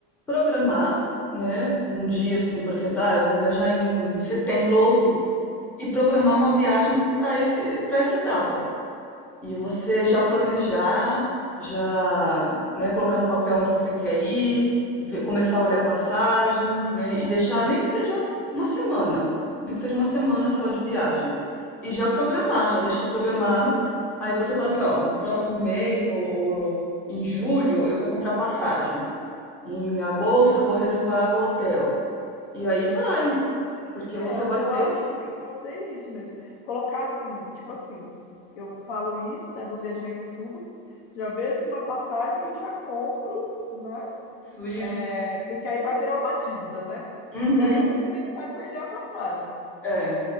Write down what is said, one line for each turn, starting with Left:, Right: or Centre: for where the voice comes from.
Centre: programar, né? Um dia assim, por exemplo, ah, eu vou viajar em setembro ou outubro e programar uma viagem para esse para essa data. E você já planejar, já, né, colocar no papel onde você quer ir, ver- começar a olhar passagens, né, e deixar nem que seja uma semana, nem que seja uma semana só de viagem. E já programar, já deixar programado. Aí você fala assim, ó, no próximo mês ou, ou em julho eu vou comprar passagem. Em agosto eu vou reservar o hotel. E aí vai, porque
Left: É,
Centre: você
Left: eu,
Centre: vai
Left: eu
Centre: ter
Left: acho que tem que fazer isso mesmo. Colocar assim, tipo assim, eu falo isso, né, vou viajar em outubro, já vejo uma passagem e já compro, né?
Centre: isso, isso.
Left: É, porque aí vai virar uma dívida, né?
Centre: Uhum,
Left: E aí você também não vai perder a passagem.
Centre: é.